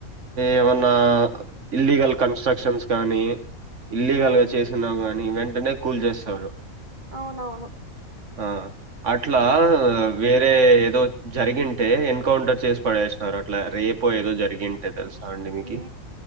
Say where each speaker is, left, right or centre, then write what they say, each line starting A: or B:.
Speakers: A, on the right; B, on the right.
A: ఏమన్నా ఇల్లీగల్ కన్స్ట్రక్షన్స్ కాగానీ ఇల్లీగల్గా
B: హ్మ్
A: కాని వెంటనే కూల్ చేస్తారు
B: అవునవును
A: ఆ అట్లా
B: హ్మ్
A: వేరే రే ఏదో జరిగింటే ఎన్కౌంటర్ చేసి పడేస్తున్నారు అట్లా రేపు ఏదో జరిగింటే తెలుసా అండి మీకి?
B: ఉ